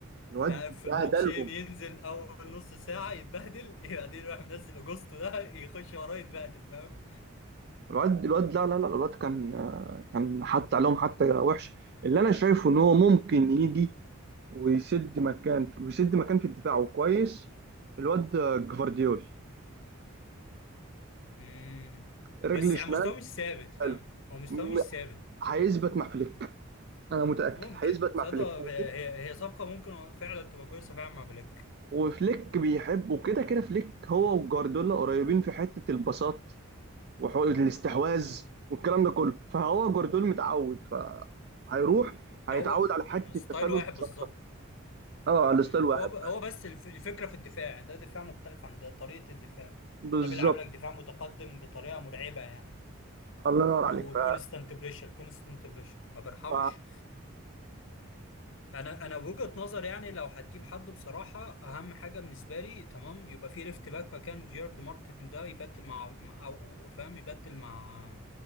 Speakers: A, on the right; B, on the left.
A: الواد
B: انت عارف في
A: بهدلهم
B: الماتشين ينزل اول نص ساعه يتبهدل <laughs> بعدين يروح منزل اجوستو ده يخش وراه يتبهدل فاهم
A: الواد الواد لا لا لا الواد كان آه، كان حتى عليهم حتى وحش اللي انا شايفه ان هو ممكن يجي ويسد مكان ويسد مكان في الدفاع وكويس الواد جفارديول
B: امم
A: رجل
B: بس يعني
A: شمال
B: مستواه مش ثابت فاهم
A: حلو
B: هو مستواه
A: م-
B: مش ثابت
A: هيثبت مع فليك انا متاكد
B: ممكن
A: هيثبت
B: صدق
A: مع فليك
B: هي
A: وكده-
B: هي صفقه ممكن فعلا تبقى كويسه فعلا مع فليك
A: وفليك بيحب وكده كده فليك هو وجوارديولا قريبين في حته البساط وحقوق الاستحواذ والكلام ده كله فهو جوارديولا متعود فهيروح هيتعود
B: ده هو
A: على حته
B: مم، ستايل
A: التسلل
B: واحد
A: مش
B: بالظبط
A: اكتر اه على
B: مم،
A: الستايل واحد
B: هو ب... هو بس الف... الفكره في الدفاع يعني ده دفاع مختلف عن ده طريقه الدفاع
A: بالظبط
B: ده بيلعب لك دفاع متقدم بطريقه مرعبه يعني
A: الله ينور
B: وكونستانت
A: عليك ف...
B: بريشر كونستانت بريشر ما برحمش
A: ف...
B: انا انا وجهة نظر يعني لو هتجيب حد بصراحه اهم حاجه بالنسبه لي تمام يبقى في ليفت باك مكان جيرارد مارتن ده يبدل مع مع- او فاهم يبدل مع